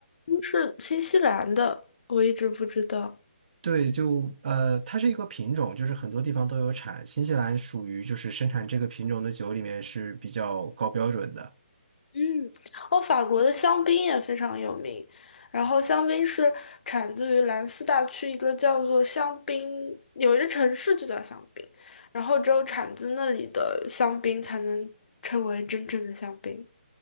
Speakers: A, on the left (about 60°); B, on the right (about 45°).
A: 是新西兰的，我一直不知道。
B: 对，就呃，它是一个品种，就是很多地方都有产。新西兰属于就是生产这个品种的酒里面是比较高标准的。
A: 嗯，哦，法国的香槟也非常有名，然后香槟是产自于兰斯大区一个叫做香槟，有一个城市就叫香槟，然后只有产自那里的香槟才能称为真正的香槟。